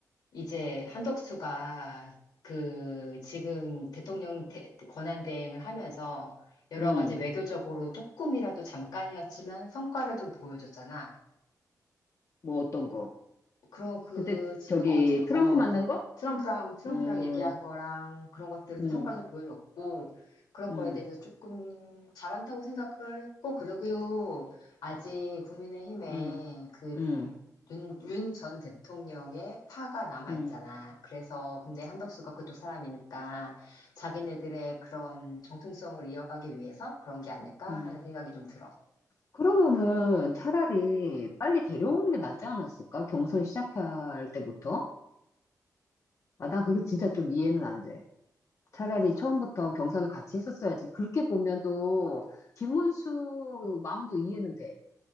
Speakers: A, on the left; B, on the left.
A: 이제 한덕수가 그 지금 대통령 대- 권한대행을 하면서 여러
B: 음,
A: 가지 외교적으로 조금이라도 잠깐이었지만 성과를 좀 보여줬잖아.
B: 뭐 어떤 거?
A: 그럼 그
B: 그때
A: 지금
B: 저기
A: 어, 트럼,
B: 트럼프
A: 어
B: 만난 거?
A: 트럼프랑 트럼프랑
B: 음,
A: 얘기한 거랑 그런 것들을
B: 음,
A: 좀 성과를 좀 보여줬고 그런
B: 음,
A: 거에 대해서 조금 잘한다고 생각을 했고 그러고요 아직 국민의힘에
B: 음, 음,
A: 그윤윤 전 대통령의 파가 남아
B: 음,
A: 있잖아. 그래서 근데 한덕수가 그쪽 사람이니까 자기네들의 그런 정통성을 이어가기 위해서 그런 게 아닐까 하는
B: 음.
A: 생각이 좀 들어.
B: 그러면은 차라리 빨리 데려오는 게 낫지 않았을까? 경선 시작할 때부터? 아, 난 그게 진짜 좀 이해는 안 돼. 차라리 처음부터 경선을 같이 했었어야지. 그렇게 보면 또 김문수 마음도 이해는 돼.